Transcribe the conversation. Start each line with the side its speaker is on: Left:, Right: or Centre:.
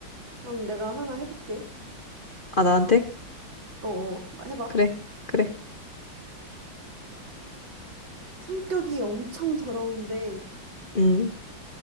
Right: 그럼 내가 하나 해볼게.
Left: 아, 나한테?
Right: 어어, 해봐.
Left: 그래, 그래.
Right: 성격이 엄청 더러운데,
Left: 음.